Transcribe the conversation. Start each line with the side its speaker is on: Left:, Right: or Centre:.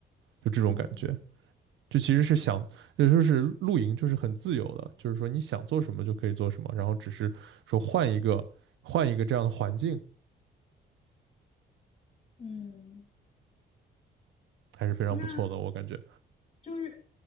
Right: 就这种感觉。
Left: 嗯
Right: 就其实是想，也就是露营就是很自由的，就是说你想做什么就可以做什么，然后只是说换一个换一个这样的环境
Left: 嗯。
Right: 还是非常不错的，
Left: 那
Right: 我感觉。
Left: 就是